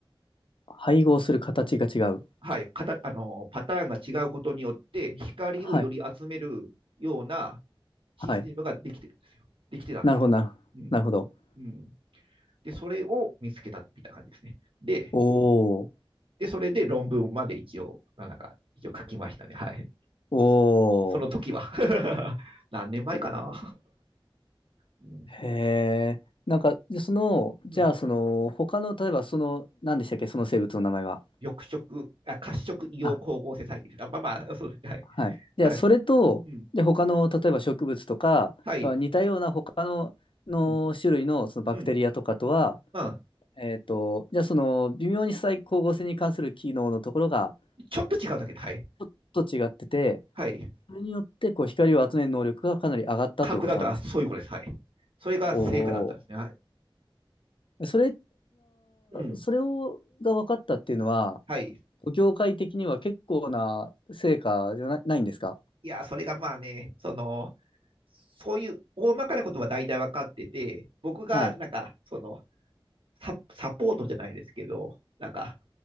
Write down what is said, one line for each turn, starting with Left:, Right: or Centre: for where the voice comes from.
Left: 配合する形が違う。
Right: はい、かたあのパターンが違うことによって、光をより集めるような
Left: はい。
Right: システムができてるんですよ。
Left: はい。
Right: できてたんですよ。
Left: なるほど、なるほど。
Right: うん。
Left: なるほど。
Right: うん。で、それを見つけたみたいな感じですね。で、
Left: おー。
Right: で、それで論文まで一応、なんか、一応書きましたね。はい。
Left: おー。
Right: その時は <laughs>。何年前かな、<laughs> うん
Left: へえ。なんか、でその、じゃあ、
Right: うん。
Left: その、他の、例えば、その、何でしたっけ、その生物の名前は。
Right: 緑色、あ、褐色硫黄光合成細菌ですあ、
Left: あ、
Right: まあまあ、そうですね。
Left: はい。じゃあ、
Right: はい。
Left: それと、
Right: はい。うん。
Left: で、他の、例えば植物とか、
Right: はい。
Left: 似たような他の、の種類の、
Right: うん。
Left: そのバクテリアとかとは、
Right: うん。うん。
Left: えっと、じゃあ、その、微妙に再光合成に関する機能のところが、
Right: ちょっと違うだけで、はい。
Left: ちょっと違ってて、
Right: はい。
Left: それによって、こう、光を集める能力がかなり上がったということなんです。
Right: 格段と、あ、そういうことです。はい。それが成果だったんですね。
Left: おお。
Right: はい。
Left: それが、
Right: うん。
Left: それを、が分かったっていうのは、
Right: はい。
Left: 業界的には結構な成果じゃな、ないんですか
Right: いや、それがまあね、その、そういう大まかなことは大体分かってて、僕がなんか、
Left: はい。
Right: その、サ、サポートじゃないですけど、なんか、